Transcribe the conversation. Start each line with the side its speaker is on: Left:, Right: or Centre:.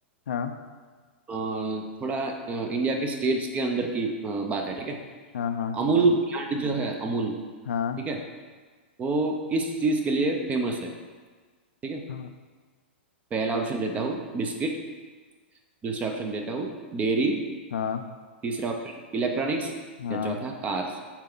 Left: हाँ
Right: अ, थोड़ा अ, इंडिया के स्टेट्स के अंदर की अ, बात है ठीक है
Left: हाँ हाँ ठीक
Right: अमूल
Left: है
Right: ब्रांड जो है अमूल
Left: हाँ
Right: ठीक है वो किस चीज के लिए फेमस है ठीक है
Left: हाँ
Right: पहला ऑप्शन देता हूँ बिस्किट दूसरा ऑप्शन देता हूँ डेयरी
Left: हाँ
Right: तीसरा ऑप्शन इलेक्ट्रॉनिक्स
Left: हाँ
Right: या चौथा कार्स